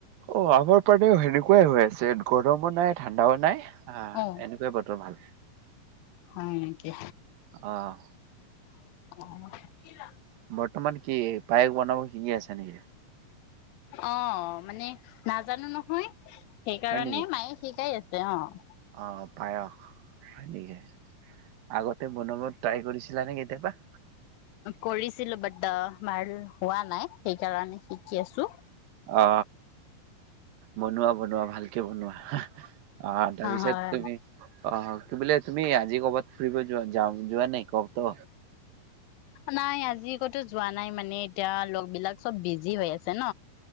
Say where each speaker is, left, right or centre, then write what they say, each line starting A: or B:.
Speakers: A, on the right; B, on the left.
A: অ' আমাৰ পাণেও সেনেকুৱাই হৈ আছে। যে গৰমো নাই। ঠাণ্ডাও নাই, আ
B: অ
A: এনেকুৱাই বতৰ ভাল।
B: হয় নেকি?
A: অহ'
B: অ' <unintelligible>
A: বৰ্তমান কি পায়স বনাব শিকি আছে নেকি।
B: অ' মানে নাজানো নহয়। সেইকাৰণে,
A: হয় নেকি
B: মায়ে শিকাই আছে। তেওঁ। <unintelligible>
A: অ' পায়স। হয় নেকি? <unintelligible> আগতে বনাব ট্ৰাই কৰিছিলা নে কেতিয়াবা?
B: কৰিছিলো। বাত্তা মোৰ হোৱা নাই। সেইকাৰণে শিকি আছো
A: অ বনোৱা বনোৱা ভাল। বনোৱা আহ তাৰপিছত
B: হয়
A: তুমি আহ কি বোলে তুমি আজি কৰ'বাত ফুৰিব যোৱা য যোৱা নে কত
B: নাই আজি কতো যোৱা নাই মানে এতিয়া লগ বিলাক চব বিজি হৈ আছে। ন